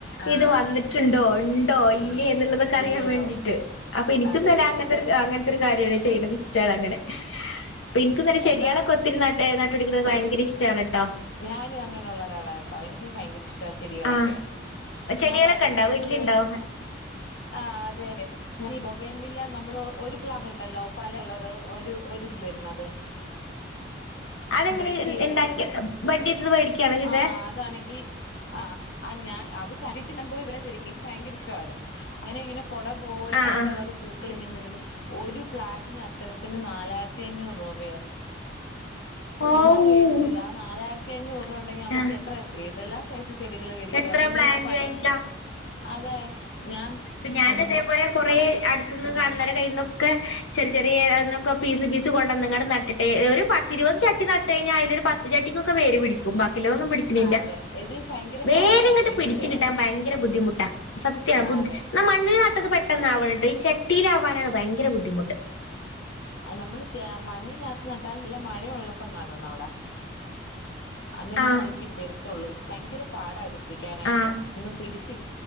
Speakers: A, on the left; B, on the left.
A: ആഹ്
B: ഇത് വന്നി ട്ടുണ്ടോ ഉണ്ടോ ഇല്ലേ എന്നുള്ളതൊക്കെ അറിയാൻ
A: ഇല്ലയോ
B: വേണ്ടിയിട്ട് അപ്പൊ എനിക്ക
A: അതെ
B: <unintelligible> ത്തൊരു കാര്യവാണ് ചെയ്യണെ അത് ഇഷ്ടവാണ് അങ്ങനെ അപ്പ എനിക്കും തന്നെ ചെടികളൊക്കെ
A: എന്നാ
B: ഒത്തിരി ന എ നട്ട് പിടിപ്പിക്കുന്നതൊക്കെ എനിക്ക് ഭയങ്കര ഇഷ്ടവാണ് കേട്ടോ
A: ഞാനും അങ്ങനൊള്ള ഒരാളാ കേട്ടോ എനിക്കും ഭയങ്കര ഇ ഷ്ടാവാ ചെടികളൊക്കെ
B: ആഹ് ചെടികളൊക്കെ
A: ഞാൻ പല
B: ഉണ്ടോ
A: സൈസ്
B: വീട്ടിലുണ്ടോ
A: ആഹ് അതെ അതെ ഇങ്ങനെ ഈ ബൊഗേൻവില്ല നമ്മള് ഒരു പ്ലാന്റ് ഉണ്ടല്ലോ പല കളറ് ഒരു ഒരു ഇതില് വരുന്നത്
B: അതെങ്ങനെ
A: ബഡ്ഡ് ചെയ്തിട്ട്
B: ഉണ്ടാക്കി ബഡ് ചെയ്തത് മേടിക്കാണോ ചെയ്തേ
A: ആഹ് അതാണെങ്കി ആഹ് ആ ഞാ അത് കാര്യായിട്ട് ഞാൻ പോയി ഇവരെ തിരക്കി എനിക്ക് ഭയങ്കര ഇഷ്ടവാ അത് അങ്ങനെ ഇങ്ങനെ കുട പോലെ
B: ആഹ്
A: പല
B: ആഹ്
A: കളറും ഇട്ടോണ്ട് പൂക്കളിങ്ങനെ നിക്കുന്നു ഒരു പ്ലാന്റിന് അത്തരത്തിന് നാലായിരത്തി അഞ്ഞൂറ് രൂപയായിരുന്നു
B: ഓഹ്
A: പിന്നെ അത് മേടിച്ചില്ല ആ നാലായിരത്തി അഞ്ഞൂറ് രൂപ ഉണ്ടെങ്കി നമുക്ക്
B: ആഹ്
A: എത്ര എന്തെല്ലാം സൈസ് ചെടികള് മേടിക്കാം
B: എത്ര
A: പിന്നെ
B: പ്ലാന്റ്
A: ഞാൻ പ
B: വാങ്ങിക്കാ
A: അതെ ഞാൻ
B: ഇപ്പം ഞാൻ
A: ഉം
B: ഇതേ പോലെ കൊറേ അടുത്തുന്ന് കാണുന്നവരുടെ കയ്യീന്നൊക്കെ ചെറിയ ചെറിയ അതീന്നൊക്കെ പീസ് പീസ് കൊണ്ടുന്നിങ്ങട്ട് നട്ടിട്ട് ഒരു പത്തിരുപത് ചട്ടി നട്ട് കഴിഞ്ഞാൽ അതിലൊരു പത്ത് ചട്ടിക്കൊക്കെ വേര് പിടിക്കും ബാക്കി ഉള്ളതൊന്നും പിടിക്കുന്നില്ല
A: ആ അതെ
B: പിടിക്കണില്ല
A: ഇത് <unintelligible>
B: വേര് ഇങ്ങോട്ട്
A: കിളിച്ചു
B: പിടിച്ചു
A: വരാൻ
B: കിട്ടാൻ ഭയങ്കര ബുദ്ധിമുട്ടാ സത്യവാ
A: ആ
B: ബുദ്ധി
A: അതെ
B: എന്നാ മണ്ണില് നട്ടത് പെട്ടെന്ന് ആവണട്ടോ ഈ ചട്ടിയില് ആവാനാണ് ഭയങ്കര ബുദ്ധിമുട്ട്
A: ആഹ് നമ്മള് മണ്ണിനകത്ത് നട്ടാൽ നല്ല മഴ ഉള്ളപ്പം നടണം അവിടെ അന്നെങ്കിലും
B: ആഹ്
A: അതി വരുത്തുള്ളൂ ഭയങ്കര പാടാ ഇത് കിളിക്കാനായിട്ട്
B: ആഹ്
A: ഒന്ന് പിടിച്ച്